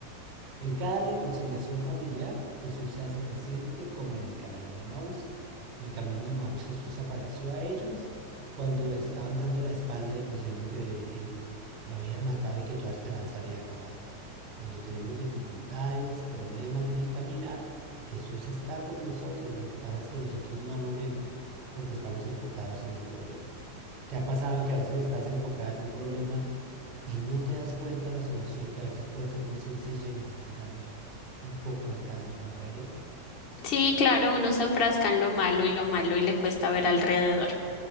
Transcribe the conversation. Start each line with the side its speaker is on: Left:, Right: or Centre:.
Right: en cada reconciliación familiar, Jesús se hace presente como en el camino de Maús. En el camino de Maús Jesús se apareció a ellos cuando estaban dando la espalda y creyendo que él lo habían matado y que toda esperanza había acabado. Cuando tenemos dificultades, problemas en el caminar, Jesús está con nosotros. Lo que pasa es que nosotros no lo vemos porque estamos enfocados en el problema. ¿Te ha pasado que a veces estás enfocada en un problema y no te das cuenta de la solución que a veces puede ser muy sencilla y necesitamos un poco de calma para verla.
Left: Sí, claro, uno se enfrasca en lo malo y lo malo y le cuesta ver alrededor.